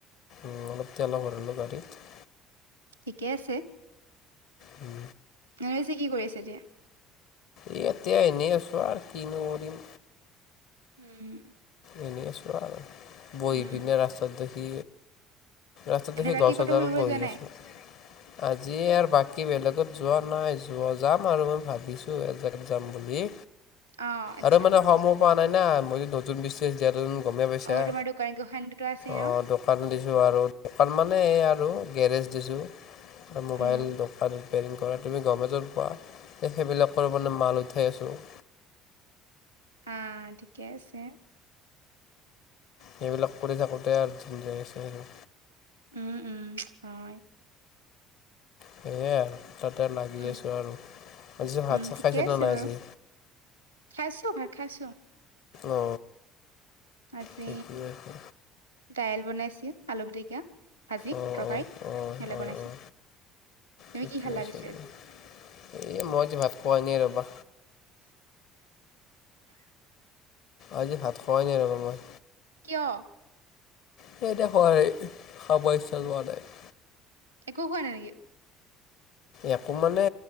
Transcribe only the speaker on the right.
ঠিকে আছে
নৰেচি কি কৰিছে এতিয়া
উম
উম
এনে
বাকী
ক'তো
ফুৰিব
যোৱা নাই
অ আচ্ছা
অ তোমাৰ দোকান গোসান দুটা আছে ন
উম
আ ঠিকে আছে।
উম উম হয়।
উম
উম
ঠিকে
আছে
বাৰু
খাইছো ভাত খাইছো।
আজি
দাইল বনাইছিল, আলু পিটিকা ভাজি
তৰকাৰী
সবিলাক
বনাইছিল।
তুমি
কি খালা
পিছে
আজি?
কিয়?
একো খোৱা নাই নেকি?